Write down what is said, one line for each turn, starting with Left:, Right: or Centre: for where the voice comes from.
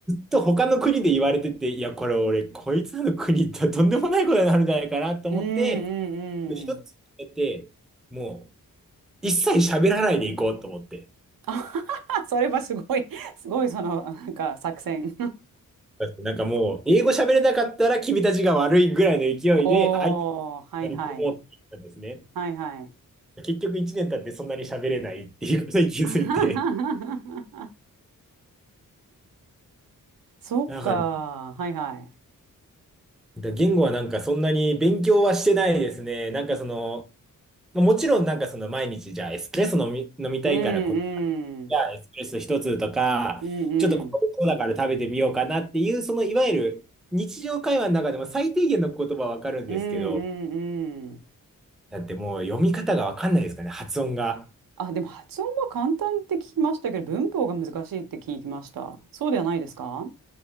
Centre: と他の国で言われてて、いや、これ俺、こいつらの国行ったらとんでもないことになるんじゃないかなと思って、
Right: うんうん。
Centre: で一つ決めて、もう、一切喋らないで行こうと思って。
Right: <laughs> あははそれはすごい、すごいその、なんか作戦。
Centre: なんかもう、英語喋れなかったら君たちが悪いぐらいの勢いで、
Right: <laughs> おー、
Centre: 相手に
Right: はいはい。
Centre: 乗り込もうって言ったんですね。
Right: はいはい。
Centre: 結局一年経ってそんなに喋れないっていうことに気づいて、
Right: <laughs> そっか。
Centre: なんか、な
Right: はいは
Centre: んか言語はなんかそんなに勉強はしてないですね。なんかその、もちろんなんかその毎日じゃあエスプレッソ飲み、飲みたいからこっち
Right: い。うんうん。
Centre: じゃあエスプレッソ一つとか、
Right: うんうん。
Centre: ちょっとこうだから食べてみようかなっていう、そのいわゆる日常会話の中でも最低限の言葉はわかるんですけど、
Right: うんうんうん。
Centre: だってもう読み方がわかんないですかね、発音が。
Right: あ、でも発音は簡単って聞きましたけど、文法が難しいって聞きました。そうではないですか